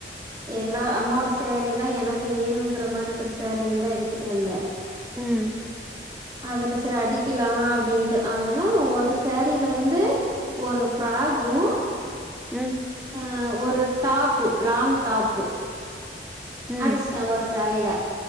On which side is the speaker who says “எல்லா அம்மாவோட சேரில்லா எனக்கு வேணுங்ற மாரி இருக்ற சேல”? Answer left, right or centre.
Right